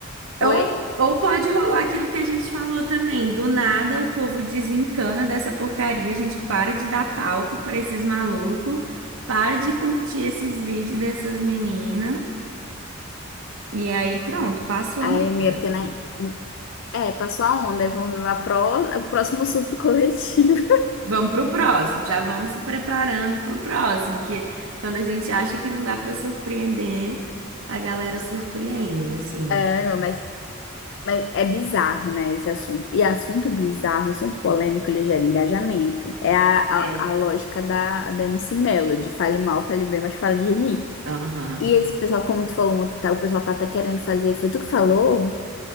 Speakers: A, on the left; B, on the right.
A: Oi?
B: Ou, ou pode rolar aquilo que a gente falou também. Do nada o povo desencana dessa porcaria, a gente para de dar palco pra esses malucos, para de curtir esses vídeos dessas meninas. E aí pronto, passou
A: Aí,
B: a moda.
A: minha pequena. É, passou a onda, aí vamos ver a pró- o próximo surto coletivo. <laughs>
B: Vamos pro próximo, já vamos se preparando pro próximo, que quando a gente acha que não dá pra surpreender, a galera surpreende, assim.
A: É, não, mas, mas é bizarro, né, esse assunto. E assunto bizarro, assunto polêmico, ele gera engajamento. É a,
B: É.
A: a, a lógica da, da M C Melody. Fale mal, fale bem, mas fale de mim.
B: Aham.
A: E esse pessoal, como tu falou ontem, tá, o pessoal tá até querendo fazer. Foi tu que falou?